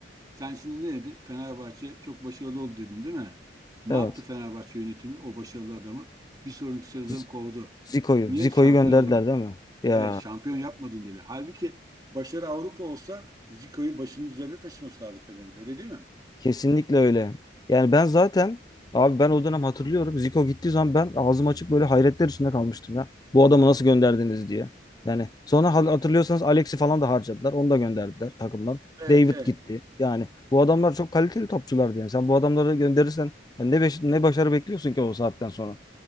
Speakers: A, on the right; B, on the left.
A: Sen şimdi ne dedin? Fenerbahçe çok başarılı oldu dedin değil mi? Ne
B: evet.
A: yaptı Fenerbahçe yönetimi o başarılı adamı? Bir sonraki sezon
B: Z-
A: kovdu.
B: Zico'yu,
A: Niye?
B: Zico'yu
A: Şampiyon
B: gönderdiler
A: olamadın.
B: değil mi? Ya
A: Evet şampiyon yapmadın dedi. Halbuki başarı Avrupa olsa Zico'yu başının üzerinde taşıması lazım Fener'in öyle değil mi?
B: Kesinlikle öyle. Yani ben zaten abi ben o dönem hatırlıyorum. Zico gittiği zaman ben ağzım açık böyle hayretler içinde kalmıştım ya. Bu adamı nasıl gönderdiniz diye. Yani sonra hal- hatırlıyorsanız Alex'i falan da harcadılar. Onu da gönderdiler takımdan.
A: Evet
B: David
A: evet.
B: gitti. Yani bu adamlar çok kaliteli topçulardı yani. Sen bu adamları gönderirsen yani ne, beş- ne başarı bekliyorsun ki o saatten sonra?